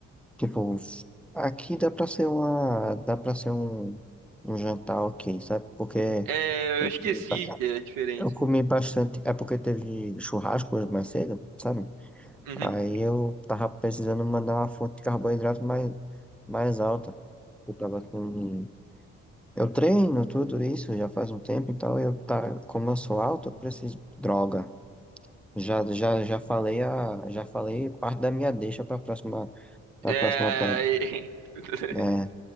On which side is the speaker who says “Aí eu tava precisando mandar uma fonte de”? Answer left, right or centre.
Centre